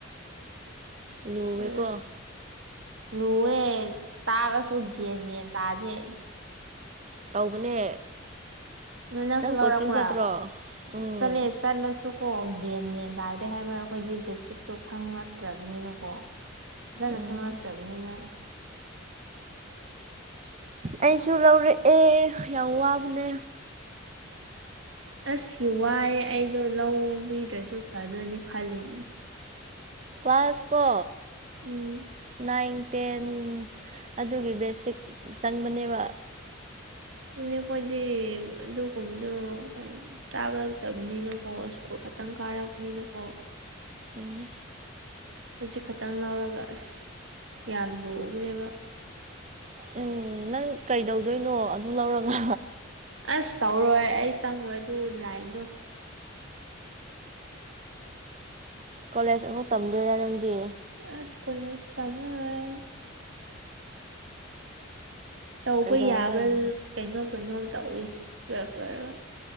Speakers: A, on the right; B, on the right.
A: ꯎꯝ ꯂꯨꯋꯦꯀꯣ
B: ꯑ <inaudible> ꯂꯨꯑꯦ ꯇꯥꯒꯁꯨ ꯒꯦꯟ ꯃꯦꯟ ꯇꯥꯥꯗꯦ
A: ꯇꯧꯕꯅꯦ
B: ꯅ ꯅꯪ ꯁꯨ ꯂꯧꯔꯛꯄꯔꯣ
A: ꯀꯣꯆꯤꯡ ꯆꯠꯇ꯭ꯔꯣ ꯎꯝ
B: ꯆꯠꯂꯦ ꯆꯠꯂꯁꯨ ꯀꯣ ꯒꯟ ꯃꯦꯟ ꯇꯥꯗ꯭ꯔꯦ ꯍꯥꯏꯕ ꯑꯩꯈꯣꯏꯗꯤ ꯕꯦꯁꯤꯛꯇꯣ ꯈꯪꯔꯛꯇ꯭ꯔꯕꯅꯤꯅꯀꯣ ꯐꯖꯅ
A: ꯎꯝ
B: ꯈꯪꯅꯔꯛꯇꯕꯅꯤꯅ
A: ꯑꯩꯁꯨ ꯂꯧꯔꯛꯑꯦ ꯌꯥꯝ ꯋꯥꯕꯅꯦ
B: ꯑꯁ ꯋꯥꯏꯌꯦ ꯑꯩꯗꯣ ꯂꯧꯕꯤꯗ꯭ꯔꯁꯨ ꯐꯗꯣꯏꯅꯤ ꯈꯜꯂꯤꯅꯤ
A: ꯋꯥꯥꯔꯁꯨꯀꯣ
B: ꯎꯝ
A: ꯅꯥꯏꯟ ꯇꯦꯟ ꯑꯗꯨꯒꯤ ꯕꯦꯁꯤꯛ ꯆꯪꯕꯅꯦꯕ
B: ꯑꯗꯨꯅꯦ ꯑꯩꯈꯣꯏꯗꯤ ꯑꯗꯨꯒꯨꯝꯕꯗꯣ ꯇꯥꯕꯔꯛꯇꯕꯅꯤꯅꯀꯣ ꯁꯀꯨꯜ ꯈꯇꯪ ꯒꯥꯔꯒꯅꯤꯅ ꯀꯣ
A: ꯎꯝ
B: ꯍꯧꯖꯤꯛ ꯈꯛꯇꯪ ꯂꯧꯔꯒ ꯑꯁ ꯌꯥꯝ ꯂꯨꯒ꯭ꯔꯦꯕ
A: ꯎꯝ ꯅꯪ ꯀꯩꯗꯧꯗꯣꯏꯅꯣ ꯑꯗꯨ ꯂꯧꯔꯒ
B: ꯑꯁ ꯇꯧꯔꯣꯏ ꯑꯩ ꯆꯪꯉꯣꯏ ꯑꯗꯨ ꯂꯥꯏꯟꯗꯣ
A: ꯀꯣꯂꯦꯖ ꯑꯃꯨꯛ ꯇꯝꯗꯣꯏꯔꯥ ꯅꯪꯗꯤ
B: ꯑ ꯏꯁ ꯀꯣꯂꯦꯖ ꯇꯃꯔꯣꯏ ꯇꯧꯕ
A: ꯀꯩꯗꯧꯔꯒ
B: ꯌꯥꯕ
A: ꯂꯩ
B: ꯀꯩꯅꯣꯝ ꯀꯩꯅꯣꯝ ꯇꯧꯋꯦ ꯇꯨꯑꯦꯞ ꯂꯣꯏꯔ